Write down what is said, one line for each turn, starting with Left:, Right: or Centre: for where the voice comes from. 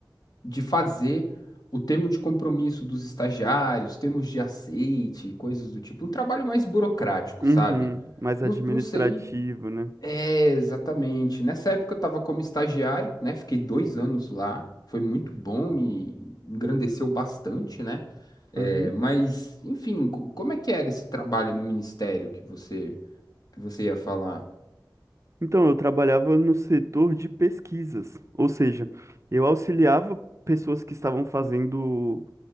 Left: de fazer o termo de compromisso dos estagiários, termos de aceite, coisas do tipo. Um trabalho mais burocrático,
Right: uhum,
Left: sabe?
Right: mais
Left: Não,
Right: administrativo,
Left: não sei,
Right: né?
Left: é, exatamente. Nessa época eu estava como estagiário, né? Fiquei dois anos lá, foi muito bom, me engrandeceu bastante, né?
Right: Uhum.
Left: É, mas, enfim, co- como é que era esse trabalho no ministério que você que você ia falar?
Right: Então, eu trabalhava no setor de pesquisas, ou seja, eu auxiliava pessoas que estavam fazendo